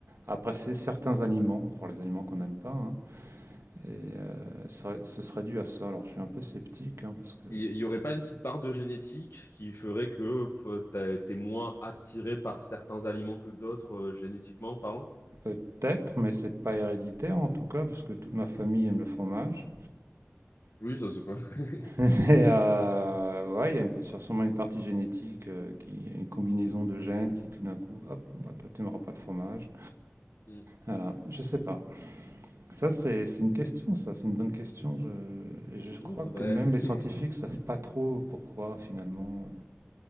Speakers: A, on the right; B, on the left.
A: à passer certains aliments, pour les aliments qu'on n'aime pas, hein. et euh, ça- ce serait dû à ça. Alors je suis un peu sceptique, hein, parce que
B: Il il y, aurait pas une petite part de génétique qui ferait que euh, t'as- t'es moins attiré par certains aliments que d'autres, euh, génétiquement parlant?
A: peut-être, mais c'est pas héréditaire en tout cas, puisque toute ma famille aime le fromage.
B: Oui, ça c'est pas. <laughs>
A: <laughs> Mais euh, ouais, il y a une- il y a sûrement une partie génétique, euh, qui une combinaison de gènes qui tout d'un coup, hop, bah, toi tu n'aimeras pas le fromage.
B: Mm.
A: Voilà, je sais pas. Ça, c'est c'est une question, ça, c'est une bonne question. Je, et je
B: Mm,
A: crois
B: faudrait.
A: que même
B: <laughs>
A: les scientifiques savent pas trop pourquoi, finalement,